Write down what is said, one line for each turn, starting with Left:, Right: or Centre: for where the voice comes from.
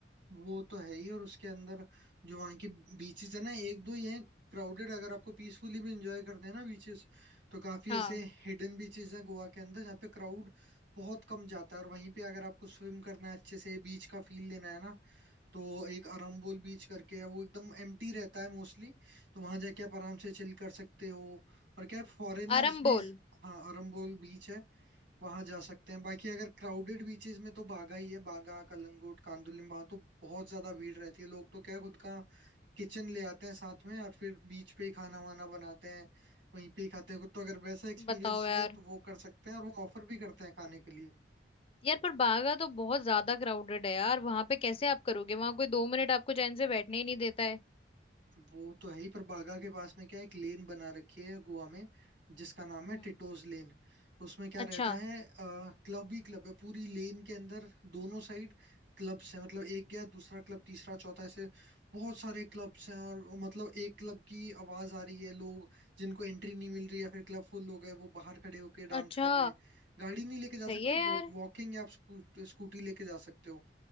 Right: वो तो है ही और उसके अंदर जो वहाँ की बीचेस है ना एक दो ही हैं क्राउडेड अगर आपको पीसफुली भी इंजॉय करते हैं ना बीचेस तो काफी
Left: हाँ
Right: ऐसे हिडन बीचेस हैं गोवा के अंदर जहाँ पे क्राउड बहुत कम जाता है और वहीं पे अगर आपको स्विम करना है अच्छे से बीच का फील लेना है ना तो एक अरम्बोल बीच करके है वो एकदम एम्प्टी रहता है मोस्टली तो वहां जाके आप आराम से चिल कर सकते हो और क्या है फॉरेनर्स
Left: आरंबोल
Right: भी हाँ अरम्बोल बीच है वहां जा सकते हैं बाकी अगर क्राउडेड बीचेस में तो बागा ही है बागा कलंगुट कांदुलिम वहां तो बहुत ज्यादा भीड़ रहती है लोग तो क्या है खुद का किचन ले आते हैं साथ में और फिर बीच पे ही खाना वाना बनाते हैं वहीं पे ही खाते हैं खुद तो अगर वैसा एक्सपीरियंस
Left: बताओ
Right: चाहिए
Left: यार
Right: तो वो कर सकते हैं और वो ऑफर भी करते हैं खाने के लिए
Left: यार पर बागा तो बहुत ज्यादा क्राउडेड है यार वहां पे कैसे आप करोगे वहां कोई दो मिनट आपको चैन से बैठने ही नहीं देता है
Right: वो तो है ही पर बागा के पास में क्या है, एक लेन बना रखी है गोवा में जिसका नाम है
Left: हम्म
Right: टिटोज लेन तो उसमें क्या
Left: अच्छा
Right: रहता है क्लब ही क्लब है पूरी लेन के अंदर दोनों साइड क्लब्स हैं मतलब एक गया दूसरा क्लब तीसरा चौथा ऐसे बहुत सारे क्लब्स हैं और वो मतलब एक क्लब की आवाज आ रही है लोग जिनको एंट्री नहीं मिल रही या फिर क्लब फुल हो गए वो बाहर खड़े होके डांस
Left: अच्छा
Right: कर रहे हैं गाड़ी नहीं लेके जा
Left: सही
Right: सकते
Left: है यार
Right: वो वॉकिंग या आप स्कू, स्कूटी लेके जा सकते हो